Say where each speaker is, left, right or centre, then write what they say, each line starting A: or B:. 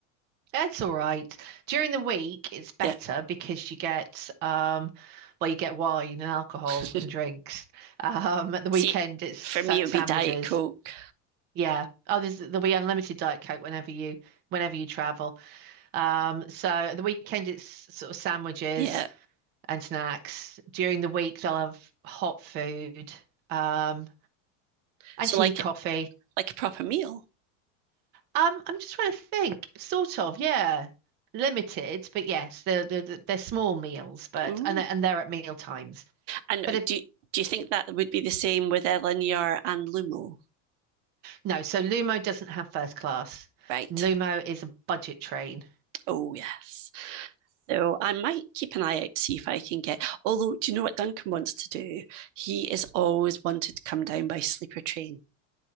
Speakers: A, on the right (about 25°); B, on the right (about 65°).
A: It's all right. During the week, it's better
B: Yeah.
A: because you get um, well, you get wine and alcohol
B: <laughs>
A: and drinks. Um, at the weekend,
B: See,
A: it's sa-
B: for me it would
A: sandwiches.
B: be Diet Coke.
A: Yeah. Oh, there's there'll be unlimited Diet Coke whenever you whenever you travel. Um, so at the weekend, it's sort of sandwiches
B: Yeah.
A: and snacks. During the week, they'll have hot food, um, and
B: So
A: tea,
B: like
A: coffee.
B: like a proper meal.
A: Um, I'm just trying to think. Sort of, yeah. Limited, but yes, they're they're, they're small meals, but
B: Ooh.
A: and they're, and they're at meal times.
B: And
A: But it,
B: do do you think that would be the same with Elinear and Lumo?
A: no, so Lumo doesn't have first class.
B: Right.
A: Lumo is a budget train.
B: Oh yes. So I might keep an eye out to see if I can get. Although, do you know what Duncan wants to do? He is always wanted to come down by sleeper train.